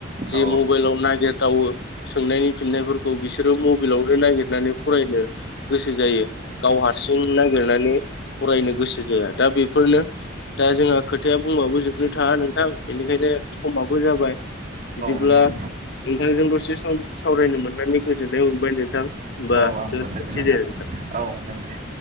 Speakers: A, on the right; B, on the left.
A: औ
B: जे मबाइलाव नागिरदावो सोंनायनि फिननायफोरखौ बिसोरो मबेलावनो नागिरनानै फरायनो गोसो जायो, गाव हारसिं नागिरनानै फरायनो गोसो जाया दा बेफोरनो दा जोंहा खोथाया बुंबाबो जोबनो थाङा नोंथां बेनिखायनो समाबो जाबाय बिदिब्ला
A: नंगौ नोंथां
B: नोंथांजों दसे सावरायनो मोननानै गोजोननाय मोनबाय नोंथां। होमबा
A: औ आंबो
B: दोनथ'नोसै
A: गोजोननाय थाबाय
B: दे नोंथां
A: औ दोन दे।